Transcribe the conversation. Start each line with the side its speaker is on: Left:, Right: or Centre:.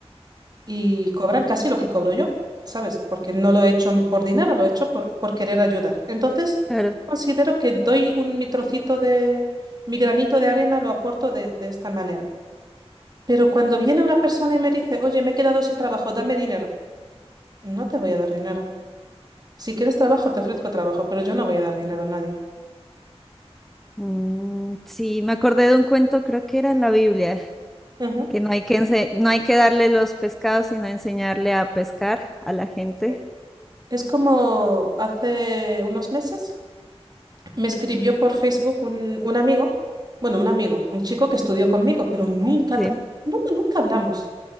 Right: y cobran casi lo que cobro yo, ¿sabes? Porque no lo he hecho por dinero, lo he hecho por, por querer ayudar. Entonces,
Centre: Claro.
Right: considero que doy un, mi trocito de, mi granito de arena, lo aporto de, de esta manera. Pero cuando viene una persona y me dice, oye, me he quedado sin trabajo, dame dinero, no te voy a dar dinero. Si quieres trabajo, te ofrezco trabajo, pero yo no voy a dar dinero a nadie.
Centre: Mm, sí, me acordé de un cuento, creo que era en la Biblia,
Right: Ujú.
Centre: que no hay que ense- no hay que darle los pescados, sino enseñarle a pescar a la gente.
Right: Sí. Es como hace unos meses. Me escribió por Facebook un, un amigo, bueno, un amigo, un chico que estudió conmigo, pero nunca,
Centre: Sí,
Right: tra- nu- nunca, hablamos.